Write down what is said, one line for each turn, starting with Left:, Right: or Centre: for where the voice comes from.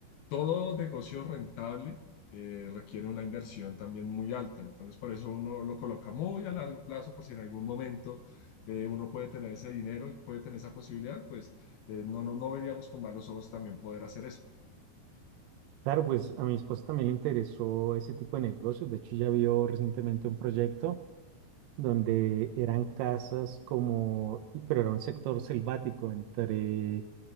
Left: todo negocio rentable eh, requiere una inversión también muy alta. Entonces, por eso uno lo coloca muy a largo plazo, por si en algún momento eh, uno puede tener ese dinero y puede tener esa posibilidad, pues eh, no, no, no veríamos con malos ojos también poder hacer eso.
Right: Claro, pues a mi esposa también le interesó ese tipo de negocios. De hecho, ya vio recientemente un proyecto donde eran casas como, y- pero era un sector selvático entre,